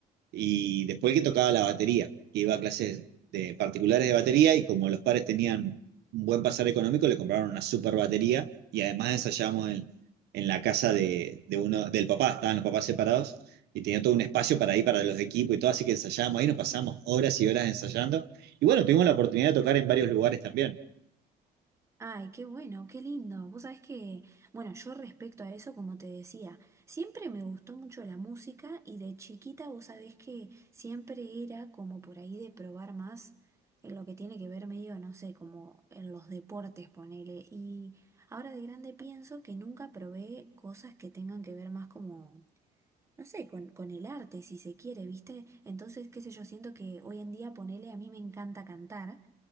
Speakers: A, on the right; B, on the right.
A: y después que tocaba la batería, que iba a clases de particulares de batería y como los padres tenían un buen pasar económico, le compraron una super batería y además ensayamos en, en la casa de, de uno, del papá, estaban los papás separados y tenía todo un espacio para ir para los equipos y todo, así que ensayamos ahí, nos pasamos horas y horas ensayando. Y bueno, tuvimos la oportunidad de tocar en varios lugares también.
B: Ay, qué bueno, qué lindo. Vos sabés que, bueno, yo respecto a eso, como te decía, siempre me gustó mucho la música y de chiquita vos sabés que siempre era como por ahí de probar más en lo que tiene que ver medio, no sé, como en los deportes, ponele. Y ahora de grande pienso que nunca probé cosas que tengan que ver más como, no sé, con, con el arte, si se quiere, ¿viste? Entonces, qué sé yo, siento que hoy en día, ponele, a mí me encanta cantar.